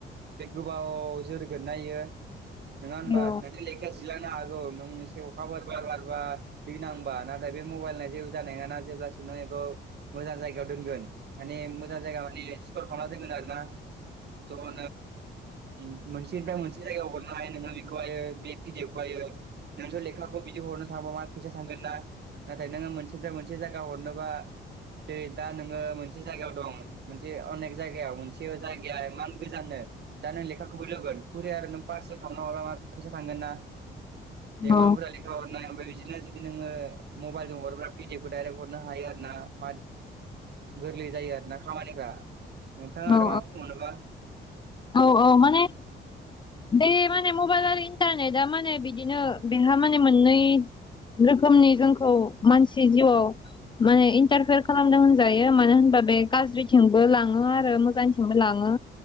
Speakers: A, on the right (about 55°); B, on the left (about 25°).
A: बे गोबाव जोर गोन नायो नोङा होनबा
B: औ
A: नों लेख जिलांनो हागौ नों एसे अखा बार बार बारबा दैनांबा नाथाय बे मबाइलना जेबो जानाय नोङा ना जेब्लासिम नों एखौ मोजां जायगायाव दोनगोन। माने मोजां जायगा माने सिटर खालामना दोनगोन आरोना ज'नो उम मोनसे बेनिफ्राय मोनसे जायगायाव हरनो हायो नोङो एखौहायो बे पि डि एफखौहायो नोंसोर लेखाखौ बिदि हरनो थांबा मा फैसा थांगोन ना नाथाय नोङो मोनसेनिफ्राय मोनसे जायगा हरनोबा जरै दा नोङो मोनसे जायगायाव दं मोनसे अनेक जायगायाव मोनसे जायगाया इमान गोजाननो दा नों लेखाखौ बोरै हरगोन कुरियार नों पार्सेल खालामना हराबा फैसा थांगोन ना
B: औ
A: एमान बुरजा लेखा हरनाय ओमफ्राय बिदिनो जे दि नोङो मबाइल जों हरोब्ला पि डि एप खौ डाइरेक्ट हरनो हायो आरो ना माद गोरलै जायो आरो ना खामानिफ्रा। नोंथाङा
B: औ
A: आरो मा बुंबावनो बा?
B: औ औ माने बे माने मबाइल आरो इन्टारनेटआ माने बिदिनो बेहा माने मोननै रोखोमनि जोंखौ मानसि जिउआव माने इन्टारफेर खालामदों होनजायो मानो होनबा बे गाज्रिथिंबो लाङो आ रो मोजांथिंबो लाङो